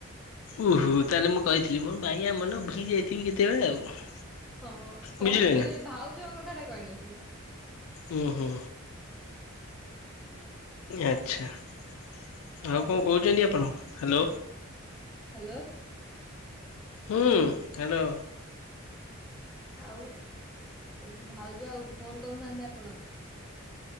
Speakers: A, on the left; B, in the centre.
A: ଓହୋ ତାହେଲେ ମୁଁ କହିଥିଲି ମୋର ବାଇଆ ମନ ଭୁଲି ଯାଇଥିବି କେତେବେଳେ ଆଉ।
B: ହଁ। କହିଥିଲି
A: ବୁଝିଲେ ନା
B: ହେଲେ ଭାଉଜଉଙ୍କ କଥା ଟା କହିନଥିଲେ।
A: ହୁଁ ହୁଁ। ଆଚ୍ଛା ଆଉ
B: ତାପରେ
A: କଣ କହୁଛନ୍ତି ଆପଣ ହ୍ୟାଲୋ।
B: ହ୍ୟାଲୋ।
A: ହୁଁ। ହ୍ୟାଲୋ।
B: ଆଉ ସେଉଠୁ ଭାଉଜ ଆଉ ଫୋନ କରୁନାହାନ୍ତି ଆପଣଙ୍କୁ?